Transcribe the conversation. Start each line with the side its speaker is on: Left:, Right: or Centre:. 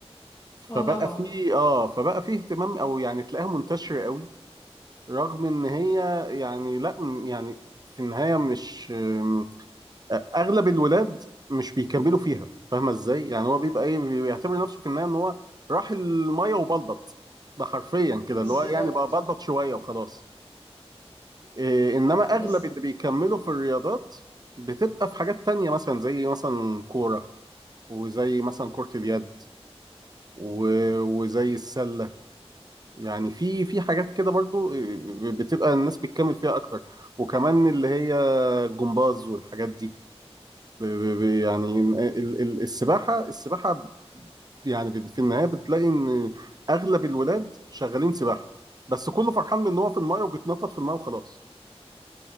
Right: فبقى
Left: اه طبعا
Right: في اه فبقى في اهتمام او يعني تلاقيها منتشرة قوي رغم ان هي يعني لا م- يعني في النهاية مش م- اغلب الولاد مش بيكملوا فيها فاهمة ازاي يعني هو بيبقى ايه بيعتبر نفسه في النهاية ان هو راح المية وبلبط ده حرفيا كده
Left: بالظبط
Right: اللي هو يعني بقى بلبط شوية وخلاص إيه انما اغلب
Left: بز...
Right: اللي بيكملوا في الرياضات بتبقى في حاجات تانية مثلا زي مثلا كورة وزي مثلا كرة اليد و- وزي السلة يعني في في حاجات كده برضو آه، آه، بتبقى الناس بتكمل فيها اكتر وكمان اللي هي الجمباز والحاجات دي ب- ب- ب- يعني ال- ال- السباحة السباحة يعني بت- في النهاية بتلاقي ان اغلب الولاد شغالين سباحة بس كله فرحان من ان هو في المايه وبيتنطط في المايه وخلاص